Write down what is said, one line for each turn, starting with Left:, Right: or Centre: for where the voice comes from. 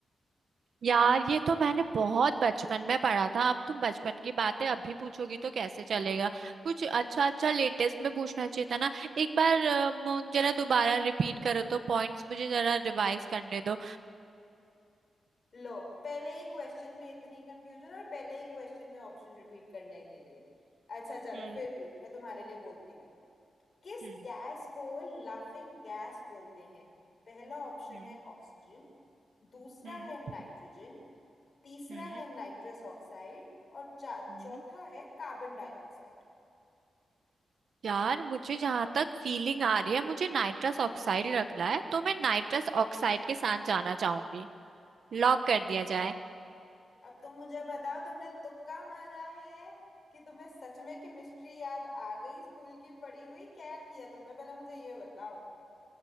Right: यार ये तो मैंने बहुत बचपन में पढ़ा था अब तुम बचपन की बातें अभी पूछोगी तो कैसे चलेगा कुछ अच्छा अच्छा लेटेस्ट में पूछना चाहिए था ना एक बार अ, मु- जरा दोबारा रिपीट करो तो पॉइंट्स मुझे जरा रिवाइज करने दो
Left: लो पहले ही क्वेश्चन में इतनी कंफ्यूजन और पहले ही क्वेश्चन में ऑप्शन रिपीट करने के लिए अच्छा चलो
Right: हम्म
Left: फिर भी मैं तुम्हारे लिए बोलती हूँ किस
Right: हम्म
Left: गैस को लाफिंग गैस बोलते हैं पहला ऑप्शन
Right: हम्म
Left: है ऑक्सीजन दूसरा
Right: हम्म
Left: है नाइट्रोजन तीसरा
Right: हम्म
Left: है नाइट्रस ऑक्साइड और चा-
Right: हम्म।
Left: चौथा है कार्बन डाइऑक्साइड
Right: यार मुझे जहां तक फीलिंग आ रही है मुझे नाइट्रस ऑक्साइड रखना है तो मैं नाइट्रस ऑक्साइड के साथ जाना चाहूंगी लॉक कर दिया जाए
Left: अब तुम मुझे बताओ तुमने तुक्का मारा है कि तुम्हें सच में केमिस्ट्री याद आ गई स्कूल की पढ़ी हुई क्या किया तुमने पहले मुझे ये बताओ